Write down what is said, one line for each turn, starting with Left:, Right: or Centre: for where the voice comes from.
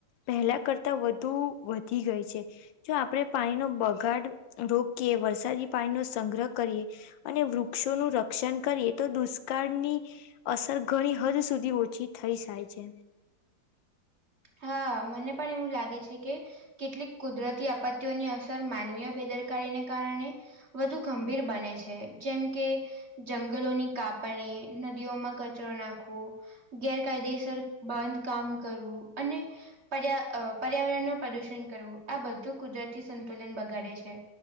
Left: પહેલા કરતા વધુ વધી ગઈ છે જો આપણે પાણીનો બગાડ રોકીએ વરસાદી પાણી નો સંગ્રહ કરીએ. અને વૃક્ષોનું રક્ષણ કરીએ તો દુષ્કાળની અસર ઘણી હદ સુધી ઓછી થઈ જાય છે.
Right: હા મને પણ એવું લાગે છે કે કેટલીક કુદરતી આપત્તિઓની અસર માનવીય બેદરકારી ને કારણે વધુ ગંભીર બને છે જેમ કે જંગલોની કાપણી નદીઓમાં કચરો નાખવો ગેરકાયદેસર બાંધ કામ કરવું અને પર્યા પર્યાવરણનું પ્રદુષણ કરવું આ બધું કુદરતી સંતુલન બગાડે છે.